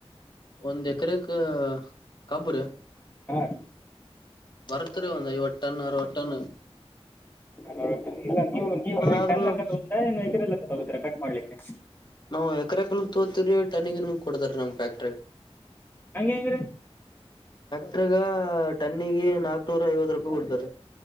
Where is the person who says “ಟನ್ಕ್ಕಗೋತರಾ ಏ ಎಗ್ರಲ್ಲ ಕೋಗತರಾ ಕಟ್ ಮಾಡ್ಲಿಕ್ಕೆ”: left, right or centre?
Left